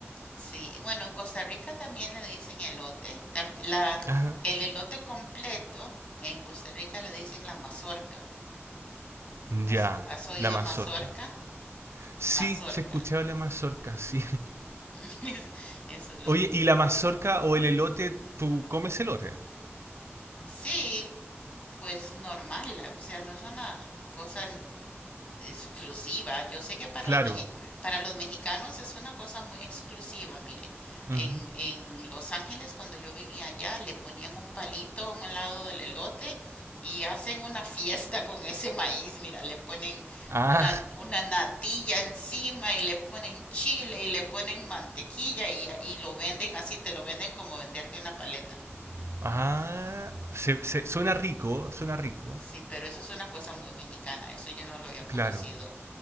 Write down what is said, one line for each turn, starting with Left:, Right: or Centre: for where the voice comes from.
Left: Sí, bueno, en Costa Rica también le dicen elote. Tam- La,
Right: Ajá.
Left: el elote completo en Costa Rica le dicen la mazorca.
Right: Ya,
Left: ¿Has, has oído
Right: la mazorca.
Left: mazorca?
Right: Sí,
Left: Mazorca.
Right: se escuchaba la mazorca, sí. <laughs>
Left: Ujú, <laughs> Eso lo
Right: Oye,
Left: dice.
Right: ¿y la mazorca o el elote, tú comes elote?
Left: Sí, pues normal, la- o sea, no es una cosa exclusiva. Yo sé que para
Right: Claro.
Left: los, meji- para los mexicanos es una cosa muy exclusiva. Mire,
Right: Ujú.
Left: en, en Los Ángeles, cuando yo vivía allá, le ponían un palito a un lado del elote y hacen una fiesta con ese maíz. Mira, le ponen
Right: Ah,
Left: una, una natilla encima y le ponen chile y le ponen mantequilla y, y lo venden así, te lo venden como venderte una paleta.
Right: <laughs> ah, se- se- suena rico, suena rico.
Left: Sí, pero eso es una cosa muy mexicana. Eso yo no lo había conocido
Right: Claro,